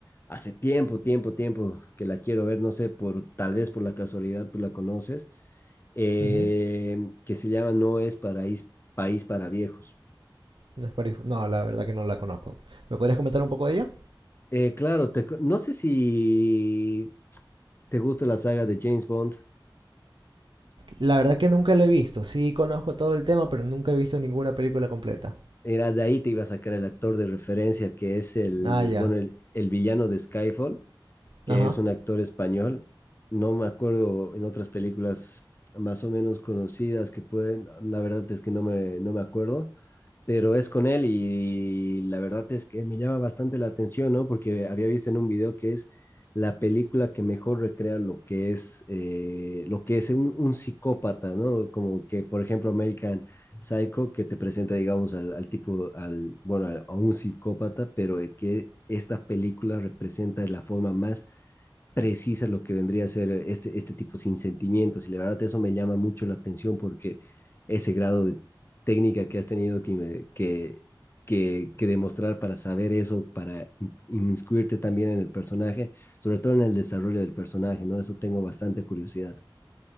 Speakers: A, on the left (about 30°); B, on the right (about 70°).
A: hace tiempo, tiempo, tiempo que la quiero ver, no sé, por tal vez por la casualidad tú la conoces, eh,
B: Ujú.
A: que se llama No es paraís, País para Viejos.
B: No es Paris- No, la verdad que no la conozco. ¿Me podrías comentar un poco de ella?
A: Eh, claro, te cu- no sé si te gusta la saga de James Bond.
B: La verdad que nunca la he visto. Sí conozco todo el tema, pero nunca he visto ninguna película completa.
A: Era de ahí te iba a sacar el actor de referencia que es el,
B: Ah, ya.
A: bueno, el, el villano de Skyfall. que
B: Ajá.
A: es un actor español. No me acuerdo en otras películas más o menos conocidas que pueden, la verdad es que no me, no me acuerdo, pero es con él y la verdad es que me llama bastante la atención, ¿no? Porque había visto en un video que es la película que mejor recrea lo que es, eh, lo que es un, un psicópata, ¿no? Como que, por ejemplo, American Psycho, que te presenta, digamos, al, al tipo, al, bueno, a, a un psicópata, pero eh, que esta película representa de la forma más precisa lo que vendría a ser este, este tipo sin sentimientos. Y la verdad eso me llama mucho la atención porque ese grado de técnica que has tenido que, me- que, que, que demostrar para saber eso, para in- inmiscuirte también en el personaje, sobre todo en el desarrollo del personaje, ¿no? Eso tengo bastante curiosidad.